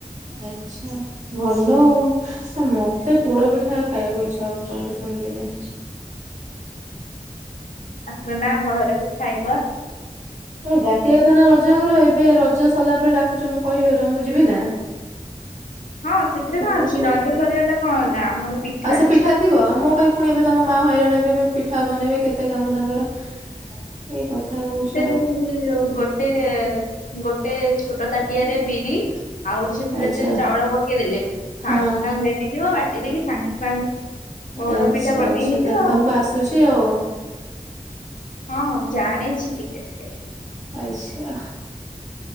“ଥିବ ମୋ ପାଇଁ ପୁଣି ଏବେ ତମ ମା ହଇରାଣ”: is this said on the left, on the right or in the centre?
Right